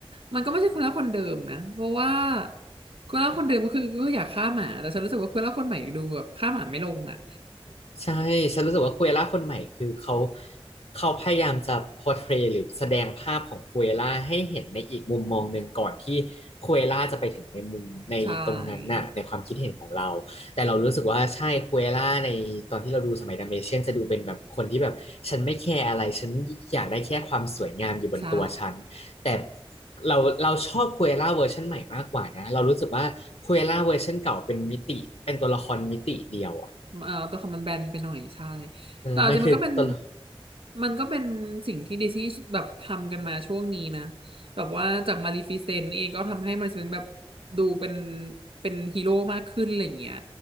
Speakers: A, on the right; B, on the left.
A: มันก็ไม่ใช่คูเอล่าคนเดิมนะเพราะว่าคูเอล่าคนเดิมก็คือก็อยากฆ่าหมาแต่ฉันรู้สึกว่าคูเอล่าคนใหม่ดูแบบฆ่าหมาไม่ลงอะ
B: ใช่ฉันรู้สึกว่าคุเอล่าคนใหม่คือเขาเขาพยายามจะ portray หรือแสดงภาพของคุเอล่าให้เห็นในอีกมุมมองหนึ่งก่อนที่คุเอล่าจะไปถึงในมุมในตรงนั้นน่ะในความคิดเห็นของเราแต่เรารู้สึกว่าใช่คุเอล่าในตอนที่เราดูสมัยดัมเมเชียนจะดูเป็นแบบคนที่แบบฉันไม่แคร์อะไรฉันอยากได้แค่ความสวยงามอยู่บนตัวฉันแต่
A: <laughs> ใช่ใช่
B: เราเราชอบคุเอล่าเวอร์ชันใหม่มากกว่านะเรารู้สึกว่าคุเอล่าเวอร์ชันเก่าเป็นมิติเป็นตัวละครมิติเดียวอะ
A: เอ่อตัวคำมันแบนไปหน่อยใช่
B: เออมันคือตลก
A: แต่เอาจริงมันก็เป็นมันก็เป็นสิ่งที่ดิสนีย์แบบทำกันมาช่วงนี้นะแบบว่าจากมาลีฟิเซนต์เองก็ทำให้มาลีฟิเซนต์แบบดูเป็นเป็นฮีโร่มากขึ้นอะไรอย่างเงี้ย